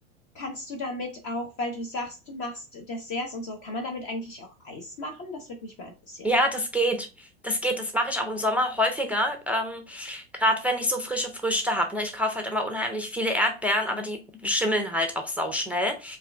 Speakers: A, on the left; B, in the centre.
A: kannst du damit auch weil du sagst, du machst Desserts und so, kann man damit eigentlich auch Eis machen? Das würde mich mal interessieren.
B: Ja, das geht. Das geht. Das mache ich auch im Sommer häufiger. Ähm, gerade wenn ich so frische Früchte habe. Ne? Ich kaufe halt immer unheimlich viele Erdbeeren, aber die schimmeln halt auch sauschnell.